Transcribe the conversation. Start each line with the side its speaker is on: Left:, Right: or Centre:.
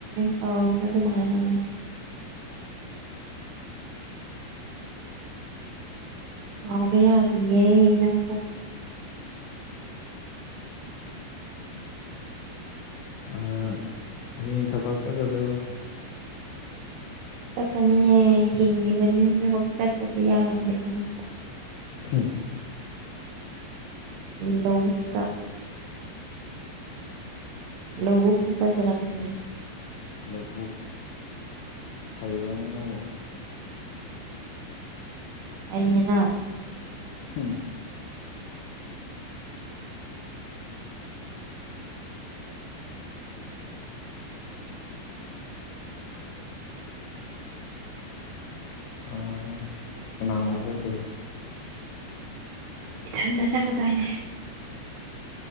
Right: ꯀꯥꯎꯅꯨ ꯑꯗꯨꯃꯥꯏꯅ ꯀꯥꯎꯕ ꯌꯥꯗꯤꯌꯦ ꯅꯪꯕꯣ
Left: ꯑꯥ ꯍꯌꯦꯡ ꯊꯕꯛ ꯆꯠꯀꯗ꯭ꯔꯣ
Right: ꯆꯠꯀꯅꯤꯌꯦ ꯍꯤꯡꯂꯤꯕꯅꯤꯅ ꯊꯕꯛ ꯆꯠꯇꯗꯤ ꯌꯥꯗ꯭ꯔꯦꯗꯅ
Left: ꯍꯝ
Right: ꯂꯧꯕꯨꯛꯇ ꯂꯧꯕꯨꯛꯇ ꯆꯠꯁꯤꯔ ꯈꯪꯗꯦ
Left: ꯂꯧꯕꯨꯛ ꯍꯩꯕ꯭ꯔꯅꯦ ꯅꯪꯕꯨ <inaudible>
Right: ꯍꯩꯌꯦꯅ
Left: ꯍꯝ <inaudible> <inaudible> ꯑꯥ ꯀꯥꯅ ꯀꯥꯅ ꯆꯠꯇꯣꯏꯕ
Right: ꯏꯊꯟꯇ ꯆꯠꯀꯗꯣꯏꯅꯦ